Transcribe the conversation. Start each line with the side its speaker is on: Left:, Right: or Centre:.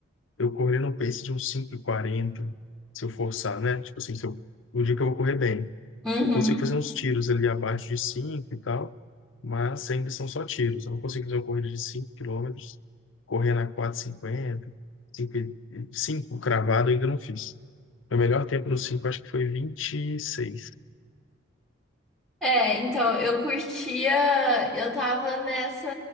Left: eu corri no pace de uns cinco e quarenta se eu forçar, né? Tipo assim, se eu, o dia que eu vou correr bem.
Centre: Uhum.
Left: Eu consigo fazer uns tiros ali abaixo de 5 e tal, mas ainda são só tiros. Eu não consigo fazer uma corrida de 5 km, correndo a 4,50, 5, e- 5 cravado, eu ainda não fiz. Meu melhor tempo no 5 acho que foi 26.
Centre: É, então, eu curtia, eu tava nessa